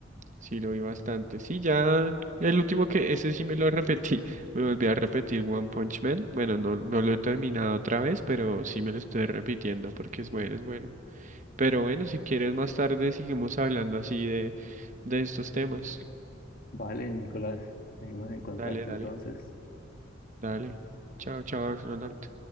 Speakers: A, on the right; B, on the left.
A: Sí, lo vi bastante. Sí, ya el último que ese sí me lo repetí. <laughs> Me volví a repetir One Punch Man. Bueno, no, no lo he terminado otra vez, pero sí me lo estoy repitiendo porque es bueno, es bueno. Pero bueno, si quieres más tarde seguimos hablando así de, de estos temas.
B: Vale, Nicolás, seguimos en contacto
A: Dale, dale,
B: entonces.
A: dale. Chao, chao, Ronald.